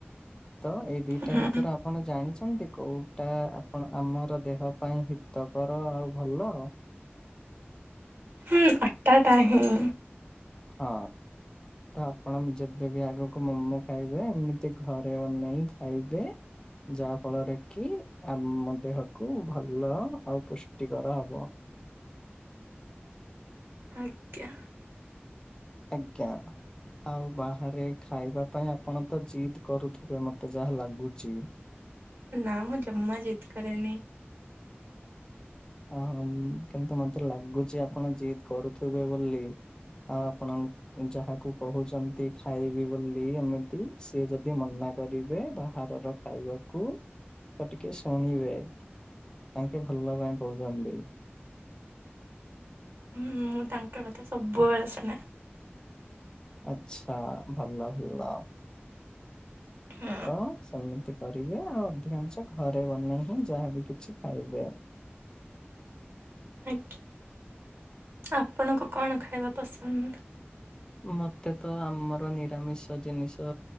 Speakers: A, on the left; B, on the right.
A: ତ ଏଇ ଦିଟା
B: ହୁଁ
A: ଭିତରୁ ଆପଣ ଜାଣିଛ ଛନ୍ତି କୋଉଟା ଆପଣ ଆମର ଦେହ ପାଇଁ ହିତକର ଆଉ ଭଲ?
B: ହୁଁ ଅଟାଟା ହିଁ।
A: ହଁ। ତ ଆପଣ ଯେବେବି ଆଗକୁ ମୋମୋ ଖାଇବେ ଏମିତି ଘରେ ବନେଇ ଖାଇବେ। ଯାହା ଫଳରେ କି ଆମ ଦେହକୁ ଭଲ ଆଉ ପୁଷ୍ଟିକର ହବ।
B: ଆଜ୍ଞା।
A: ଆଜ୍ଞା। ଆଉ ବାହାରେ ଖାଇବା ପାଇଁ ଆପଣ ତ ଜିଦ୍ କରୁଥିବେ ମତେ ଯାହା ଲାଗୁଚି।
B: ନାଁ ମୁଁ ଜମା ଜିଦ୍ କରେନି।
A: ହଁ କିନ୍ତୁ ମତେ ଲାଗୁଛି ଆପଣ ଯିଦ କରୁଥିବେ ବୋଲି। ଆଉ ଆପଣ ଯାହାକୁ କହୁଛନ୍ତି ଖାଇବି ବୋଲି ଏମିତି ସେ ଯଦି ମନା କରିବେ ବାହାରର ଖାଇବାକୁ ତ ଟିକେ ଶୁଣିବେ। ତାଙ୍କେ ଭଲ ପାଇଁ କହୁଛନ୍ତି।
B: ହୁଁ ମୁଁ ତାଙ୍କ କଥା ସବୁବେଳେ ଶୁଣେ।
A: ଆଛା ଭଲ ଭଲ
B: ହୁଁ
A: ତ ସେମିତି। କରିବେ ଆଉ ଅଧିକାଂଶ ଘରେ ବନେଇ ହଁ ଯାହାବି କିଛି ଖାଇବେ ଆଉ
B: ଆଜ୍ଞା ଆପଣଙ୍କୁ କଣ ଖାଇବା ପସନ୍ଦ?
A: ମତେ ତ ଆମର ନିରାମିଷ ଜିନିଷ